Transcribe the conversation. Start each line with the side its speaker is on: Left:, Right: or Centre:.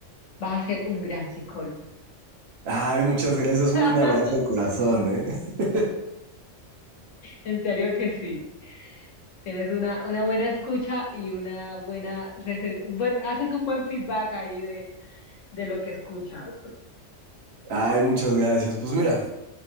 Left: vas a ser un gran psicólogo.
Right: Ay, muchas gracias, un
Left: <laughs>
Right: abrazo de corazón, ¿eh? <laughs>
Left: En serio que sí. Tienes una, una buena escucha y una buena receta. Bueno, haces un buen feedback ahí de, de lo que escuchas.
Right: Ay, muchas gracias. Pues mira,